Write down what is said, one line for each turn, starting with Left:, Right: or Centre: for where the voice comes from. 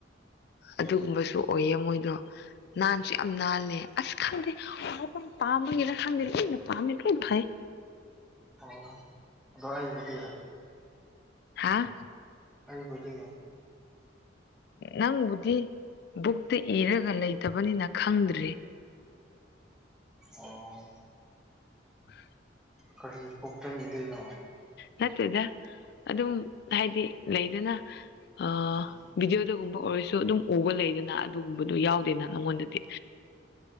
Left: ꯑꯗꯨꯒꯨꯝꯕꯁꯨ ꯑꯣꯏꯌꯦ ꯃꯣꯏꯗꯣ ꯅꯥꯟꯁꯨ ꯌꯥꯝ ꯅꯥꯜꯂꯦ ꯑꯁ ꯈꯪꯗꯦ ꯋꯥ ꯄꯥꯝꯕꯒꯤꯅ ꯈꯪꯗꯦ ꯂꯩꯅ ꯄꯥꯝꯃꯦ ꯂꯣꯏ ꯐꯩ
Centre: ꯑꯣ ꯑꯗꯣ ꯑꯩꯕꯨꯗꯤ
Left: ꯍꯥꯥ
Centre: ꯑꯩꯕꯨꯗꯤ
Left: ꯅꯪꯕꯨꯗꯤ ꯕꯨꯛꯇ ꯏꯔꯒ ꯂꯩꯇꯕꯅꯤꯅ ꯈꯪꯗ꯭ꯔꯤ
Centre: ꯑꯣ
Left: <inaudible>
Centre: ꯀꯔꯤ ꯄꯨꯞꯇ ꯏꯗꯩꯅꯣ
Left: ꯅꯠꯇ꯭ꯔꯗ ꯑꯗꯨꯝ ꯍꯥꯏꯗꯤ ꯂꯩꯗꯅ ꯑ
Centre: ꯎꯝ
Left: ꯕꯤꯗꯤꯑꯣꯗꯒꯨꯝꯕ ꯑꯣꯏꯔꯁꯨ ꯑꯗꯨꯝ ꯎꯕ ꯂꯩꯗꯅ ꯑꯗꯨꯒꯨꯝꯕꯗꯨꯣ ꯌꯥꯎꯗꯦꯅ ꯅꯉꯣꯟꯗꯗꯤ
Centre: <unintelligible>